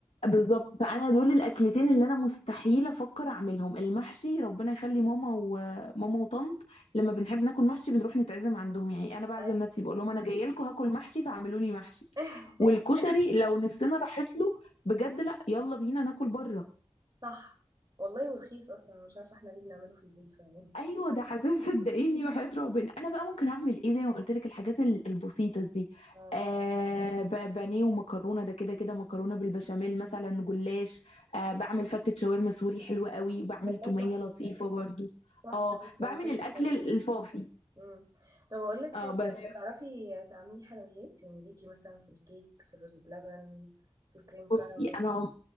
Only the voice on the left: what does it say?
بالظبط فانا دول الاكلتين اللي انا مستحيل افكر اعملهم المحشي ربنا يخلي ماما وماما وطنط لما بنحب ناكل محشي بنروح نتعزم عندهم يعني انا بعزم
نفسي بقول لهم انا جايه لكم هاكل محشي فاعملوا لي محشي
والكشري لو نفسنا راحت له بجد لا يلا بينا ناكل بره
ايوه ده عذاب صدقيني وحياة ربنا انا بقى ممكن اعمل ايه زي ما قلت لك الحاجات ال- البسيطه دي
آه ب- بانيه ومكرونه ده كده كده مكرونه بالبشاميل مثلا جلاش آه بعمل فتة شاورما سوري حلوه قوي وبعمل
توميه
لطيفه برضو
اه
بعمل
الاكل
ال- الفافي
اه
بس
بصي انا